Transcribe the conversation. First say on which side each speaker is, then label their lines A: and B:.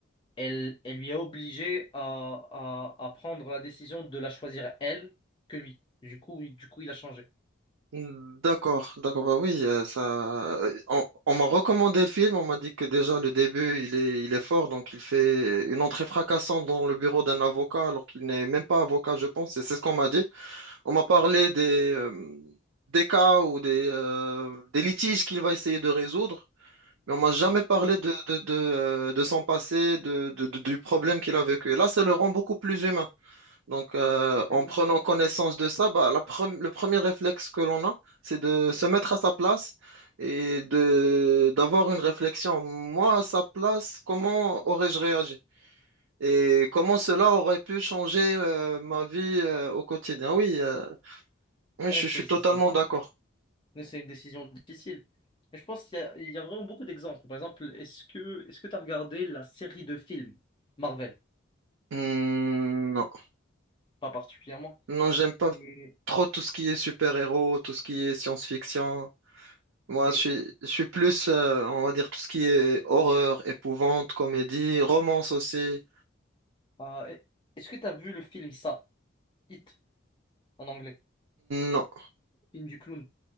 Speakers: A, on the left; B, on the right.
A: elle, elle lui a obligé à, à, à prendre la décision de la choisir elle que lui. Du coup, il- du coup, il a changé.
B: D'accord, d'accord, bah oui, euh, ça. euh, On, on m'a recommandé le film, on m'a dit que déjà le début il est, il est fort, donc il fait une entrée fracassante dans le bureau d'un avocat alors qu'il n'est même pas avocat, je pense, et c'est ce qu'on m'a dit. On m'a parlé des, euh, des cas ou des, euh, des litiges qu'il va essayer de résoudre, mais on m'a jamais parlé
A: Oui,
B: de, de, de, euh, de son passé, de, de- de- du problème qu'il a vécu. Et là, ça le rend beaucoup plus humain. Donc, euh, en
A: exactement.
B: prenant connaissance de ça, bah, la pre- le premier réflexe que l'on a, c'est de se mettre à sa place et de d'avoir une réflexion. Moi, à sa place, comment aurais-je réagi? Et comment cela aurait pu changer euh, ma vie euh, au quotidien? Oui, euh, oui,
A: Oui,
B: je,
A: c'est,
B: je suis
A: c'est,
B: totalement
A: c'est
B: d'accord.
A: mais c'est une décision difficile. Et je pense qu'il y a, il y a vraiment beaucoup d'exemples. Par exemple, est-ce que, est-ce que tu as regardé la série de films Marvel?
B: Hmm, non,
A: Pas particulièrement.
B: non, j'aime pas
A: Mais,
B: trop tout ce qui est super-héros, tout ce qui est science-fiction. Moi,
A: mais
B: je suis, je suis plus, euh, on va dire, tout ce qui est horreur, épouvante, comédie, romance aussi.
A: Ah, e- est-ce que tu as vu le film Ça, It, en anglais,
B: Non,
A: film du clown?